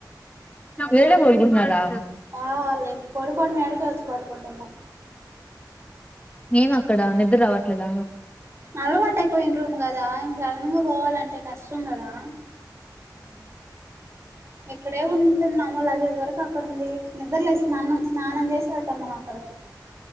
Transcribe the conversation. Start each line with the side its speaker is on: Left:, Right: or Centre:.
Left: ఇడే పడుకుంటున్నారా.
Right: ఆ లే పడుకోవడం ఈడకే వచ్చి పడుకుంటున్నాం
Left: ఏం అక్కడ నిద్ర రావట్లేద
Right: అలవాటయిపోయిన రూమ్ కదా ఇంక సడన్గా పోవాలంటే కష్టం కదా. ఎక్కడే ఉంటున్నాము. లగేజ్ వరకు అక్కడ ఉంది నిద్రలే స్నానం స్నానం చేస వెళ్తున్నాము అక్కడ